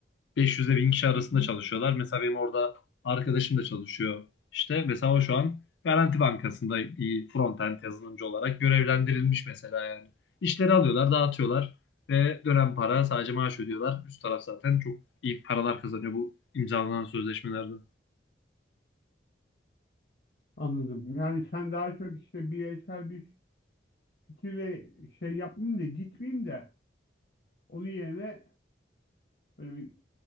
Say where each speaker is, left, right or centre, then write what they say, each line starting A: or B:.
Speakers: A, on the left; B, on the left.
A: 500'e 1000 kişi arasında
B: Hı hı.
A: çalışıyorlar. Mesela benim orada arkadaşım da çalışıyor. İşte mesela o şu an Garanti Bankası'nda bir frontend yazılımcı olarak görevlendirilmiş mesela yani. İşleri alıyorlar, dağıtıyorlar ve dönen para sadece maaş ödüyorlar. Üst taraf zaten çok iyi paralar kazanıyor bu imzalanan sözleşmelerde.
B: Anladım. Yani sen daha çok işte bireysel bir fikirle şey yapmayayım da gitmeyeyim de onun yerine böyle bir